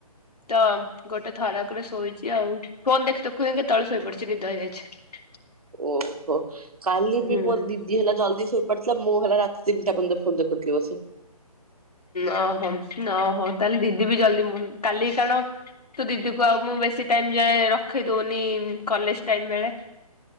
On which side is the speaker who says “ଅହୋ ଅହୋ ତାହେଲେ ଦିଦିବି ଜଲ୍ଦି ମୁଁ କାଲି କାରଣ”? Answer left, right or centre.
Left